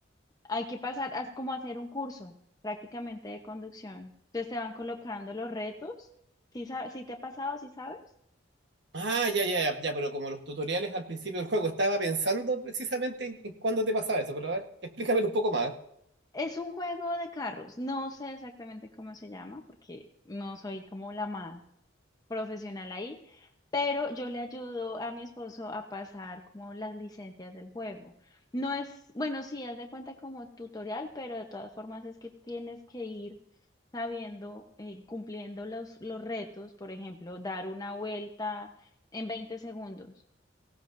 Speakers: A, on the left; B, on the right.
A: Hay que pasar a como hacer un curso prácticamente de conducción. Entonces te van colocando los retos. ¿Sí, sa- sí te ha pasado? ¿Sí sabes?
B: Ah, ya, ya, ya, ya, pero como los tutoriales al principio del juego, estaba pensando precisamente en, en cuándo te pasaba eso, pero a ver, explícamelo un poco más.
A: Es un juego de carros. No sé exactamente cómo se llama porque no soy como la más profesional ahí, pero yo le ayudo a mi esposo a pasar como las licencias del juego. No es, bueno, sí, haz de cuenta como tutorial, pero de todas formas es que tienes que ir sabiendo y cumpliendo los, los retos, por ejemplo, dar una vuelta en 20 segundos.